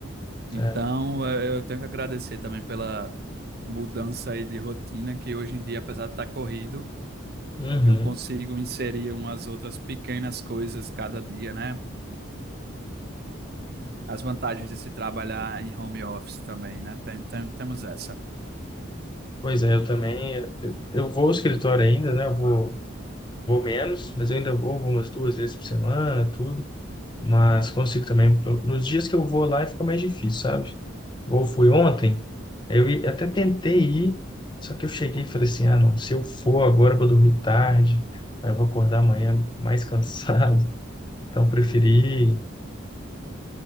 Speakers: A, on the right; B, on the left.
A: Então,
B: É.
A: eh, eu tenho que agradecer também pela mudança aí de rotina, que hoje em dia, apesar de estar corrido,
B: Uhum.
A: eu consigo inserir umas outras pequenas coisas cada dia, né? As vantagens de se trabalhar em home office também, né? Tem, tem- temos essa.
B: Pois é, eu também. Eu eu vou ao escritório ainda, né? Eu vou, vou menos, mas eu ainda vou, vou umas duas vezes por semana, tudo. Mas consigo também. Nos dias que eu vou lá, fica mais difícil, sabe? Ou fui ontem, eu i- até tentei ir, só que eu cheguei e falei assim: ah, não, se eu for agora, eu vou dormir tarde, aí eu vou acordar amanhã mais cansado. <laughs> Então, preferi